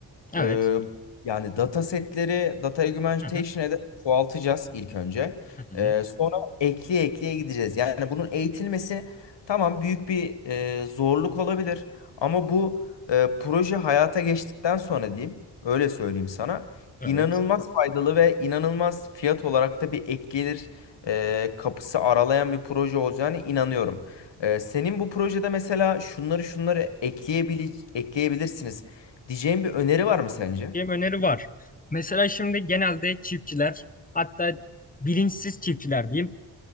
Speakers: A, on the left; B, on the left.
A: Evet.
B: Ee, yani datasetleri data augmentation'a
A: Hı hı.
B: ederek çoğaltacağız ilk önce.
A: Hı hı.
B: Ee, sonra ekleye ekleye gideceğiz. Yani bunun eğitilmesi tamam büyük bir e, zorluk olabilir. Ama bu e, proje hayata geçtikten sonra diyeyim öyle söyleyeyim sana
A: Evet.
B: inanılmaz faydalı ve inanılmaz fiyat olarak da bir ek gelir e, kapısı aralayan bir proje olacağına inanıyorum. Ee, senin bu projede mesela şunları şunları ekleyebil ekleyebilirsiniz Diyeceğim bir öneri var mı sence?
A: Benim öneri var. Mesela şimdi genelde çiftçiler hatta bilinçsiz çiftçiler diyeyim